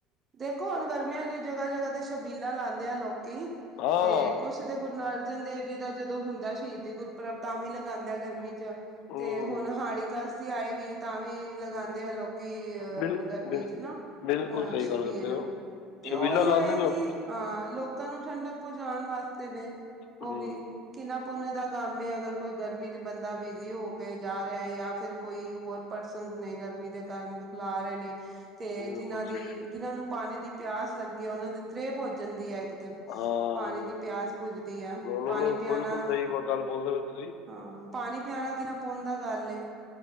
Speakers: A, on the right; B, on the left.
A: ਦੇਖੋ ਹੁਣ ਗਰਮੀਆਂ ਚ ਜਗ੍ਹਾ-ਜਗ੍ਹਾ ਤੇ ਸ਼ਛਬੀਲਾ ਲਾਦੇ ਆ ਲੋਕ ਕੀ
B: ਹਾਂ
A: ਤੇ ਕੁਛ ਤੇ ਗੁਰੂ ਅਰਜਨ ਦੇਵ ਜੀ ਦਾ ਜਦੋਂ ਹੁੰਦਾ ਸ਼ਹੀਦੀ ਗੁਰਪੁਰਬ ਤਾਂ ਵੀ ਲਗਾਦੇ ਆ ਗਰਮੀ ਚ
B: ਹੂੰ
A: ਤੇ ਹੁਣ ਸ ਆਏਗੀ ਤਾਂ ਵੀ ਲਗਾਦੀ ਦੇ ਲਓ ਕਿ ਅਹ
B: ਬਿਲ
A: ਗਰਮੀ
B: ਬਿਲ
A: ਚ ਨਾ
B: ਬਿਲਕੁਲ
A: ਅਹ
B: ਸਹੀ
A: ਛਬੀਲਮ
B: ਗੱਲ ਕਰਦੇ ਹੋ
A: ਤੇ
B: ਛਬੀਲਾ
A: ਉਹੀ
B: ਲਾਉਂਦੇ
A: ਹੋਏਗੀ
B: ਨੇ ਲੋਕ
A: ਹਾਂ ਲੋਕਾਂ ਨੂੰ ਠੰਡਕ ਪਹੁੰਚਾਉਣ ਵਾਸਤੇ ਵੀ
B: ਹੂੰ
A: ਉਹ ਵੀ ਕਿੰਨਾ ਪੁੰਨ ਦਾ ਕੰਮ ਅਗਰ ਕੋਈ ਗਰਮੀ ਚ ਬੰਦਾ ਬਿਜ਼ੀ ਹੋ ਕੇ ਜਾ ਰਿਹਾ ਜਾਂ ਫਿਰ ਕੋਈ ਹੋਰ ਪਰਸਨ ਨੇ ਗਰਮੀ ਦੇ ਕਾਰਨ ਬਿਖਲਾ ਰਹੇ ਨੇ ਤੇ
B: ਬਿਲਕੁਲ
A: ਜਿਨਾਂ ਦੀ
B: ਸਹੀ
A: ਜਿਹਨਾਂ ਨੂੰ ਪਾਣੀ ਦੀ ਪਿਆਸ ਲੱਗੀ ਹੈ ਉਹਨਾਂ ਦੀ ਤ੍ਰੇਹ ਭੋਜਣ ਦੀ ਹੈ ਤੇ
B: ਹਾਂ
A: ਪਾਣੀ
B: ਨਹੀਂ
A: ਦੀ ਪਿਆਸ ਭੁਜਦੀ ਆ,
B: ਨਹੀਂ
A: ਪਾਣੀ
B: ਨਹੀਂ
A: ਪਿਆਣਾ
B: ਬਿਲਕੁਲ ਸਹੀ ਬ ਗੱਲ ਬੋਲਦੇ ਪਏ ਤੁਸੀਂ
A: ਹਾਂ, ਪਾਣੀ ਪਿਆਣਾ ਕਿਨਾ ਪੁਨ ਦਾ ਗੱਲ ਏ।